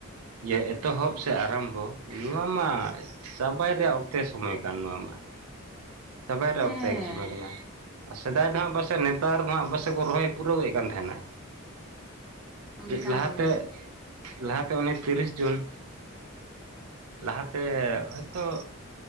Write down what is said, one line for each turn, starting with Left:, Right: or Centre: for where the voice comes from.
Right: ᱤᱭᱟᱹ ᱮᱛᱚᱦᱚᱵᱽ ᱥᱮ ᱟᱨᱟᱢᱵᱷᱚ ᱱᱚᱣᱟ ᱢᱟ ᱪᱟᱵᱟᱭ ᱨᱮᱭᱟᱜ ᱚᱠᱛᱮ ᱥᱚᱢᱚᱭ ᱠᱟᱱ ᱱᱚᱣᱟ ᱢᱟ᱾ ᱥᱚᱵᱟᱭ ᱴ
Centre: ᱦᱮᱸ
Right: ᱚᱠᱛᱮ ᱜᱮ ᱥᱚᱢᱚᱭ ᱠᱟᱱᱟ ᱟᱨ ᱥᱮᱫᱟᱭ ᱫᱚᱜ ᱯᱟᱥᱮᱡ ᱱᱮᱛᱟᱨ ᱫᱚ ᱯᱟᱥᱮᱡ ᱠᱚ ᱨᱚᱦᱚᱭ ᱯᱩᱨᱟᱹᱣᱮᱫ ᱛᱟᱦᱮᱱᱟ᱾
Centre: ᱚᱱᱠᱟ
Right: ᱞᱟᱦᱟᱛᱮ
Centre: ᱜᱮ
Right: ᱞᱟᱦᱟᱛᱮ ᱚᱱᱮ ᱛᱤᱨᱤᱥ ᱡᱩᱱ ᱞᱟᱦᱟᱛᱮ ᱦᱚᱭᱛᱚ